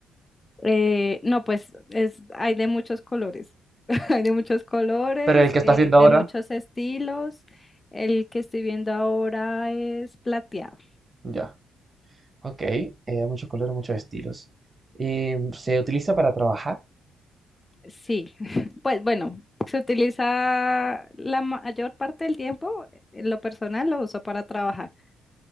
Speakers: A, on the left; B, on the right.
A: Eh, no, pues es, hay de muchos colores, <laughs> hay de muchos colores,
B: Pero el que estás
A: eh,
B: viendo ahora,
A: de muchos estilos. El que estoy viendo ahora es plateado.
B: Ya. ok, eh, hay muchos colores, muchos estilos. Em, ¿se utiliza para trabajar?
A: Sí, <laughs> pues bueno, se utiliza la mayor parte del tiempo, en lo personal lo uso para trabajar.